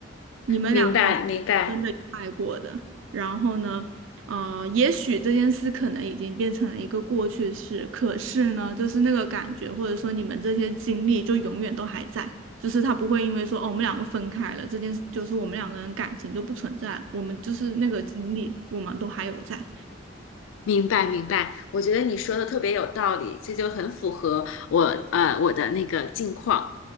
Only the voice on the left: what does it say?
明白，明白，
明白，明白。我觉得你说的特别有道理，这就很符合我呃我的那个境况。